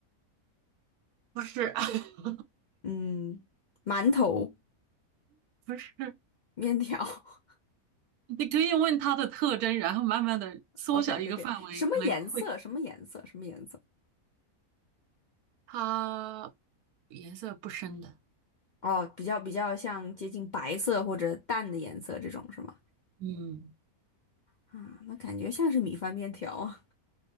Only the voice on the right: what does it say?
不是 <laughs>
不是，
你可以问它的特征，然后慢慢的缩小一个范围，
可能会
它颜色不深的，
嗯，